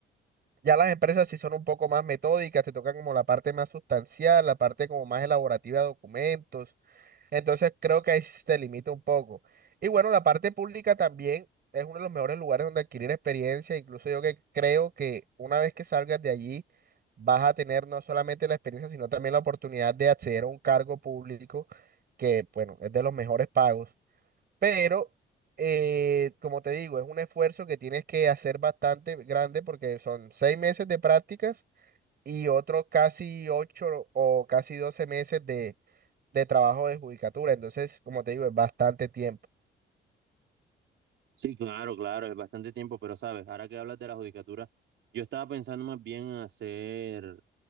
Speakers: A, on the right (about 50°); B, on the right (about 70°).
A: Ya las empresas sí son un poco más metódicas, te tocan como la parte más sustancial, la parte como más elaborativa de documentos. Entonces creo que ahí sí se limita un poco. Y bueno, la parte pública también es uno de los mejores lugares donde adquirir experiencia. Incluso yo que creo que una vez que salgas de allí, vas a tener no solamente la experiencia, sino también la oportunidad de acceder a un cargo público que, bueno, es de los mejores pagos. Pero, eh, como te digo, es un esfuerzo que tienes que hacer bastante grande porque son seis meses de prácticas y otros casi ocho o casi doce meses de, de trabajo de judicatura. Entonces, como te digo, es bastante tiempo.
B: Sí, claro, claro, es bastante tiempo, pero sabes, ahora que hablas de la judicatura, yo estaba pensando más bien en hacer